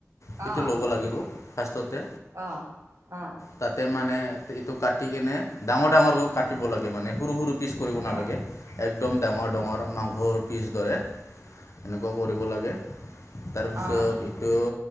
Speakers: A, on the left; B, on the right.
A: সেইটো
B: অ'।
A: ল'ব লাগিব ফাষ্টততে।
B: অ', অ',
A: তাতে মানে এইটো কাটি কেনে ডাঙৰ ডাঙৰকৈ কাটিব লাগে মানে সৰু পিছ কৰিব
B: অ',
A: নালাগে একদম ডাঙৰ ডাঙৰ মাংসৰ পিছ দৰে। সেনেকুৱাও কৰিব লাগে। তাৰপিছত
B: অ',
A: এইটো